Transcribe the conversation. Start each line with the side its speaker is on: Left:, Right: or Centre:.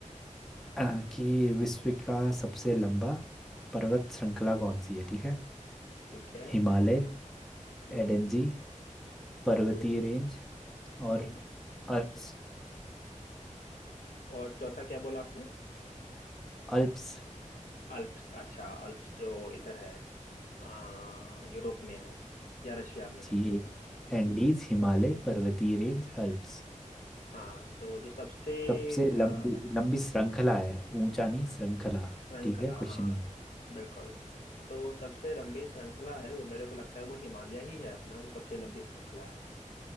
Centre: अ, कि विश्व का सबसे लंबा पर्वत श्रृंखला कौन सी है ठीक है
Left: ठीक है
Centre: हिमालय
Left: हम्म
Centre: एडेंजी पर्वतीय
Left: हम्म
Centre: रेंज
Left: हम्म
Centre: और अल्प्स
Left: और चौथा क्या बोला आपने
Centre: अल्प्स
Left: अल्प्स अच्छा अल्प्स जो इधर है आ, यूरोप में है या रशिया में है
Centre: जी एक एंडीज हिमालय पर्वतीय रेंज अल्प्स
Left: हाँ तो जो सबसे
Centre: सबसे
Left: आ,
Centre: लंबी लंबी श्रृंखला है ऊंचा नहीं श्रृंखला
Left: श्रृंखला
Centre: ठीक है क्वेश्चन
Left: हाँ
Centre: ही
Left: बिल्कुल तो सबसे लंबी श्रृंखला है वो मेरे को लगता है वो हिमालय ही है अपना जो सबसे लंबी श्रृंखला है